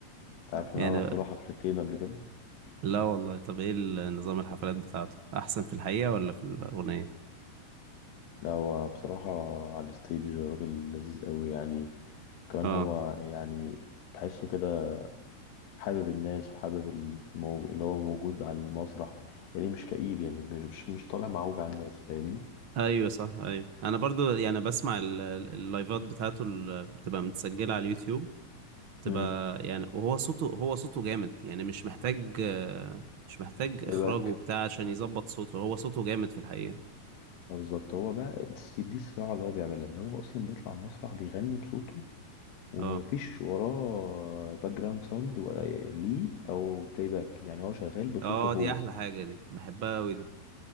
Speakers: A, on the left; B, on the right.
A: انت عارف
B: يعني
A: ان انا رحت له حفلتين قبل كده
B: لا والله طب ايه ال- نظام الحفلات بتاعته احسن في الحقيقة ولا في الأغنية
A: لا هو بصراحه على الستيج راجل لذيذ قوي يعني كمان
B: اه
A: هو يعني تحسه كده حابب الناس وحابب المو... اللي هو موجود على المسرح يعني مش كئيب يعني مش مش مش طالع معوج على الناس فاهمني
B: ايوه صح ايوه انا برضو يعني بسمع ال- ال- اللايفات بتاعته اللي بتبقى متسجلة على اليوتيوب بتبقى
A: امم
B: يعني وهو صوته هو صوته جامد يعني مش محتاج آه، مش محتاج اخراجه
A: بلاي باك
B: وبتاع عشان يظبط صوته هو صوته جامد في الحقيقة
A: آه، بالظبط هو بقى دي دي الصياعه اللي هو بيعملها ان هو اصلا بيطلع المسرح بيغني بصوته ومفيش
B: اه
A: وراه باك جراوند ساوند ولا ليه او بلاي باك يعني هو شغال بصوته
B: اه
A: هو
B: دي احلى حاجة دي بحبها قوي دي